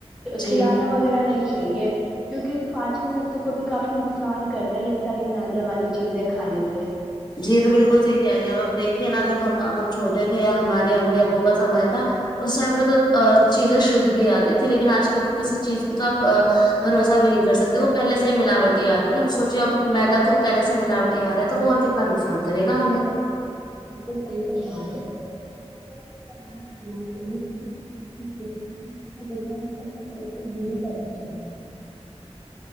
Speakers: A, on the left; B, in the centre.
A: جی
B: کھلانے وغیرہ فرا نہیں چاہیے کیونکہ پانچ ستو کو بھی کافی نقصان کرتا ہے یہ ساری مدے والی چیزیں کھانے سے
A: جی یہ تو بالکل صحی کہہ رہی ہیں اب اب دیکھیے نا جب ہم ہم چھوٹے تھے یا ہمارے امی ابو کا سمے تھا اس ٹائم پہ تو چیزیں شدھ بھی آتی تھی لیکن آج کل کی کسی چیز پہ تو آپ بھروسہ بھی نہیں کر سکتی وہ پہلے ہی ملاوٹ آتی ہے اب سوچے اب میدا خود پہلے سے ملاوٹی آ رہا ہے تو وہ اور کا نقصان کرے گایں ہمیں
B: بالکل صحیح فرمارے ہے صحیح استعمال کرنا چاہیے کیونکہ <inaudible> پیسے نا اٹھتے دے دی کرنا چاہیے